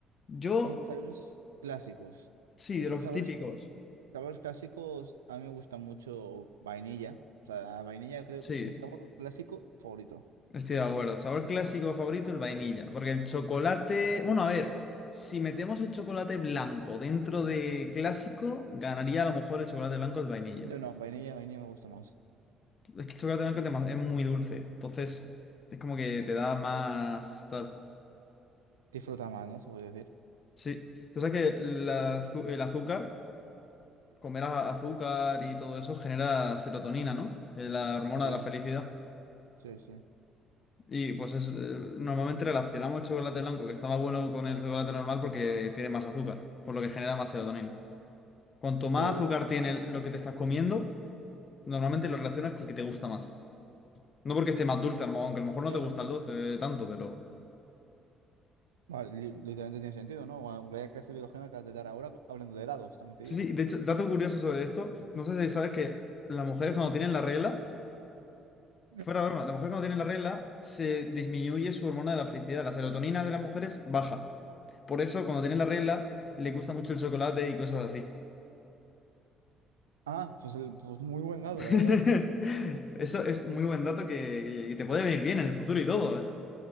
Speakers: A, on the left (about 40°); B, on the right (about 85°).
A: Yo,
B: En sabores clásicos.
A: sí,
B: Es
A: de los
B: que sabores
A: típicos.
B: Sabores clásicos, a mí me gusta mucho vainilla. O sea, vainilla creo
A: Sí.
B: que mi sabor clásico favorito.
A: Estoy de acuerdo. Sabor clásico favorito, el vainilla. Porque el chocolate. Bueno, a ver, si metemos el chocolate blanco dentro de clásico, ganaría a lo mejor el chocolate blanco el vainilla.
B: no no, vainilla, vainilla me gusta más.
A: Es que el chocolate blanco es dema- es muy dulce. Entonces, es como que te da más. Tal.
B: Disfruta más, ¿no? Se puede decir.
A: Sí. Tú sabes que la azu- el azúcar, comer a- azúcar y todo eso genera serotonina, ¿no? Eh, La hormona
B: Sí,
A: de la felicidad.
B: sí, sí.
A: Y pues es, eh, normalmente relacionamos el chocolate blanco, que está más bueno con el chocolate normal porque tiene más azúcar, por lo que genera más serotonina. Cuanto más
B: Te-
A: azúcar tiene lo que te estás comiendo, normalmente lo relacionas con que te gusta más. No porque esté más dulce, a lo mejor- aunque a lo mejor
B: Ya,
A: no te gusta
B: ya.
A: el dulce eh, tanto, pero...
B: Vale, li- literalmente tiene sentido, ¿no? Bueno, Vaya clase de biología me acabas de dar ahora co- hablando de helados, también te
A: Sí,
B: digo.
A: sí, de hecho, dato curioso sobre esto, no sé si sabes que las mujeres cuando tienen la regla,
B: Ya.
A: fuera de broma, las mujeres cuando tienen la regla se disminuye su hormona de la felicidad, la serotonina de las mujeres baja. Por eso cuando tienen la regla les gusta mucho el chocolate y cosas así.
B: Ah, pues, el- pues muy buen helado,
A: <laughs>
B: la verdad.
A: Eso es muy buen dato que, que te puede venir bien en el futuro y todo, ¿eh?